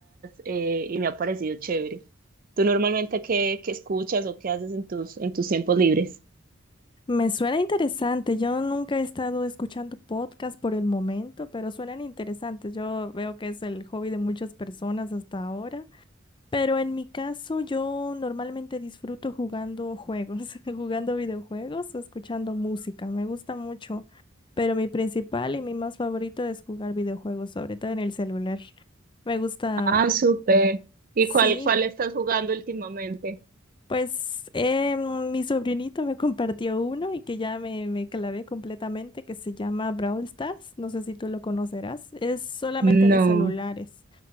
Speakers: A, on the right; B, on the left.
A: eh, y me ha parecido chévere. ¿Tú normalmente qué, qué escuchas o qué haces en tus, en tus tiempos libres?
B: Me suena interesante. Yo nunca he estado escuchando podcast por el momento, pero suenan interesantes. Yo veo que es el hobby de muchas personas hasta ahora. Pero en mi caso, yo normalmente disfruto jugando juegos, <laughs> jugando videojuegos o escuchando música. Me gusta mucho, pero mi principal y mi más favorito es jugar videojuegos, sobre todo en el celular. Me gusta,
A: Ah, súper. ¿Y
B: sí.
A: cuál, cuál estás jugando últimamente?
B: Pues eh, mi sobrinito me compartió uno y que ya me, me clavé completamente, que se llama Brawl Stars. No sé si tú lo conocerás. Es solamente
A: No.
B: de celulares,